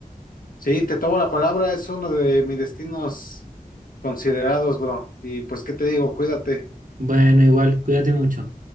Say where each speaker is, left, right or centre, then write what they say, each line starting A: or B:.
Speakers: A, on the left; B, on the right.
A: Sí, te tomo la palabra, es uno de mis destinos considerados, bro. Y pues, ¿qué te digo? Cuídate.
B: Bueno, igual, cuídate mucho.